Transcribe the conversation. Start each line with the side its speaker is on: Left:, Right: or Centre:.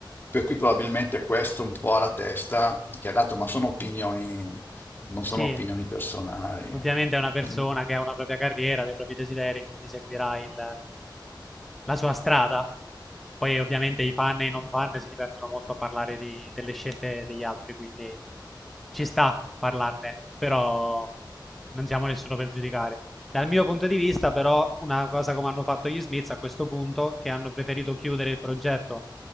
Left: per cui probabilmente questo un po' alla testa, che ha dato, ma sono opinioni non
Centre: Sì,
Left: sono opinioni personali.
Centre: Ovviamente è una persona
Left: mm.
Centre: che ha una propria carriera, dei propri desideri, quindi seguirà il, la sua strada. Poi ovviamente i fan e i non fan si divertono molto a parlare di- delle scelte degli altri, quindi ci sta parlarne, però non siamo nessuno per giudicare. Dal mio punto di vista, però, una cosa come hanno fatto gli Smiths a questo punto, che hanno preferito chiudere il progetto